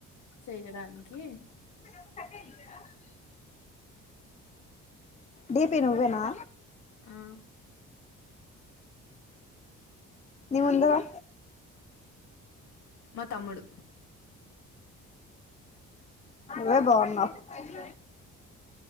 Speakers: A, on the left; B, on the left.
A: చేయడానికి
B: క <unintelligible> డిపి నువ్వేనా
A: ఆ
B: నిముందర
A: మా తమ్ముడు
B: నువ్వే బాగున్నావ్ <inaudible> ఏల్